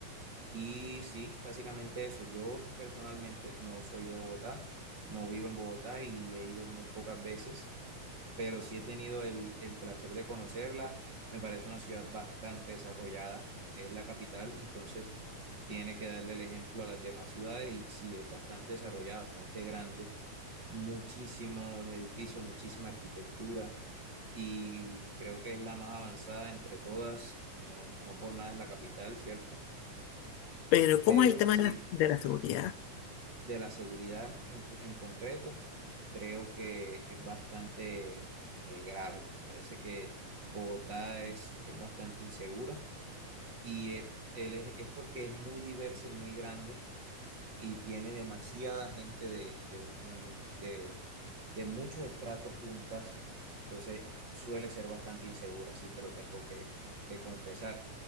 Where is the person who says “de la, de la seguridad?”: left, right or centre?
Left